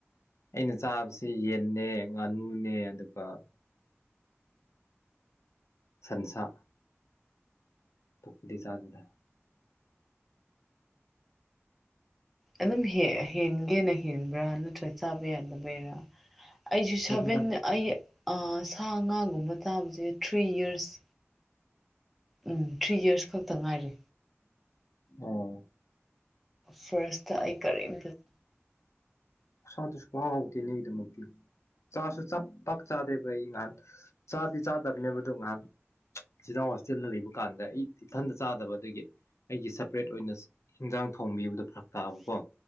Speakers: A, on the left; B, in the centre.
A: ꯑꯩꯅ ꯆꯥꯕꯁꯤ ꯌꯦꯟꯅꯦ ꯉꯥꯅꯨꯅꯦ ꯑꯗꯨꯒ ꯁꯟꯁꯥ ꯑꯇꯥꯞ ꯄꯥꯗꯤ ꯆꯥꯗꯦꯗ
B: ꯑꯗꯨꯝ ꯍꯦꯟꯒꯦꯅ ꯍꯦꯟꯕ꯭ꯔꯥ ꯅꯠꯇ꯭ꯔꯒ ꯆꯥꯕ ꯌꯥꯗꯕꯩꯔꯥ ꯑꯩꯁꯨ ꯁꯕꯦꯟ
A: ꯑꯗꯨꯒ
B: ꯑꯩ ꯁꯥ ꯉꯥꯒꯨꯝꯕ ꯆꯥꯕꯁꯦ three years um three years ꯈꯛꯇ ꯉꯥꯏꯔꯦ
A: ꯑꯣ
B: ꯐꯔꯁꯇ ꯑꯩ ꯀꯔꯔꯤ ꯊꯖ
A: ꯑꯁꯥꯗꯨꯁꯨ ꯈꯥꯎꯍꯧꯗꯦꯅꯦꯒꯤꯗꯃꯛꯇꯤ ꯆꯥꯁꯨ ꯆꯥꯛ ꯄꯥꯛ ꯆꯥꯗꯦꯕ ꯑꯩ ꯉꯍꯥꯟ ꯆꯥꯗꯤ ꯆꯥꯗꯕꯅꯦꯕꯗꯣ ꯉꯍꯥꯟ ꯆꯤꯖꯥꯛ ꯍꯣꯁꯇꯦꯜꯗ ꯂꯩꯕ ꯀꯥꯟꯗ ꯑꯩ ꯏꯊꯟꯇ ꯆꯥꯗꯕ ꯑꯗꯒꯤ ꯑꯩꯒꯤ ꯁꯦꯄꯔꯦꯠ ꯑꯣꯏꯅ ꯍꯤꯟꯖꯥꯡ ꯊꯣꯡꯕꯤꯕꯗꯣ ꯐꯔ ꯇꯥꯕꯀꯣ